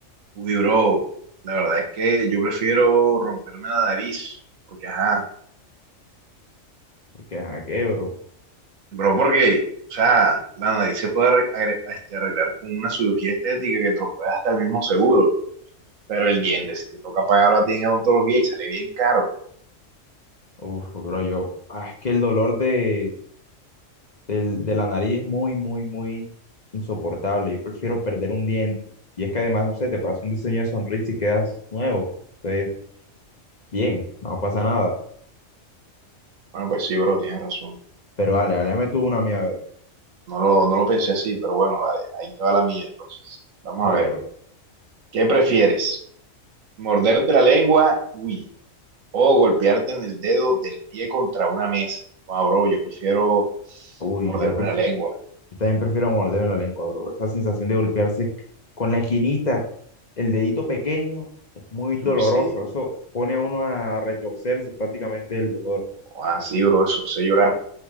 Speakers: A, on the right; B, on the left.
A: Uy, bro, la verdad es que yo prefiero romperme la nariz, porque, ajá,
B: Porque, ajá, ¿qué, bro?
A: bro, porque, o sea, la nariz se puede arre- agre- este, arreglar con una cirugía estética que te lo puede hasta el mismo seguro, pero el diente, si te toca pagarlo a ti en odontología y sale bien caro.
B: Uf, bro, yo, ah, es que el dolor de del- de la nariz es muy, muy, muy insoportable. Yo prefiero perder un diente. Y es que además, no sé, te pasa un diseño de sonrisa y quedas nuevo. Entonces, bien, no pasa nada.
A: Bueno, pues sí, bro, tienes razón.
B: Pero dale, dale, dame tú una mía, a ver.
A: No lo, no lo pensé así, pero bueno, vale, ahí te va la mía entonces. Vamos
B: Dale,
A: a ver,
B: bro.
A: ¿qué prefieres? Morderte la lengua, uy. O golpearte en el dedo del pie contra una mesa. Ah, bro, yo prefiero
B: Uy,
A: morderme
B: yo prefiero,
A: la lengua.
B: yo también prefiero morderme la lengua, bro. Esa sensación de golpearse con la esquinita, el dedito pequeño, es muy doloroso.
A: Uy, sí.
B: Eso pone a uno a retorcerse prácticamente el dolor.
A: Ah, sí, bro, eso sé llorar.